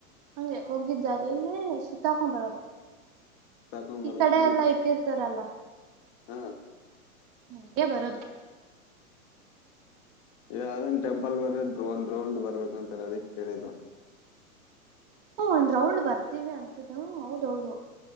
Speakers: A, on the right; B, on the left.
A: ಹಂಗೆ ಹೋಗಿದ್ದಾರೆಲ್ಲ ಸುತ್ತಾಕೊಂಬರೋ್ರೆ
B: ಸುತ್ತಾಕೊಂಡ್
A: ಈ
B: ಬರೋದ್
A: ಕಡೆ
B: ತಾನೇ
A: ಎಲ್ಲಾ ಇಟ್ಟಿರ್ತಾರಲ್ಲ
B: ಹಾ
A: ನಂಗೆ ಬರದು
B: ಯಾವದನ್ ಟೆಂಪಲ್ಗೋದ್ರೆ ್ರೋನ್ ದ್ರೌಂಡ್ ಬರ್ಬೇಕು ಅಂತಾರೆ ಅದಿಕ್ ಕೇಳಿದು
A: ಓ ಒಂದ್ ರೌಂಡ್ ಬರ್ತೀವಿ ಅನ್ಸುತ್ತೆ ಹೌದೌದು